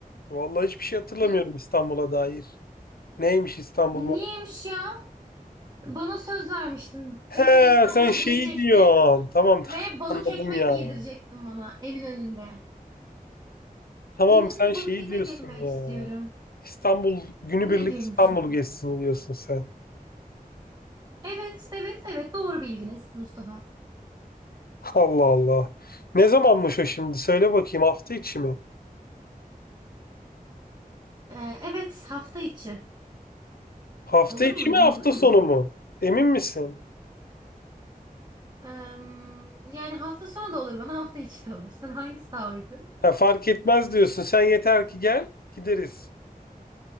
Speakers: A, on the left; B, on the right.
A: Vallahi hiçbir şey hatırlamıyorum
B: Hı?
A: İstanbul'a dair. Neymiş İstanbul
B: Niyeymiş
A: mu?
B: ya? Bana söz vermiştin.
A: He
B: Benimle İstanbul'a
A: sen şeyi
B: gelecektin.
A: diyorsun. Tamam
B: Ve
A: <laughs> tamam
B: balık
A: anladım
B: ekmek
A: ya.
B: yedirecektin bana Eminönü'nde.
A: Tamam
B: Eminönü'nde
A: sen şeyi
B: balık ekmek
A: diyorsun
B: yemek
A: ya.
B: istiyorum.
A: İstanbul günübirlik
B: Ne diyormuşum?
A: İstanbul gezsin diyorsun sen.
B: Evet, evet, evet doğru bildiniz Mustafa.
A: Allah Allah. Ne zamanmış o şimdi? Söyle bakayım hafta içi mi?
B: Ee, evet hafta içi.
A: Hafta
B: Olur
A: içi
B: mu? Uygun
A: mi hafta
B: olur mu?
A: sonu mu? Emin misin?
B: Ee, yani hafta sonu da olur bana hafta içi de olur. Sana hangisi daha uygun?
A: Ha, fark etmez diyorsun. Sen yeter ki gel gideriz.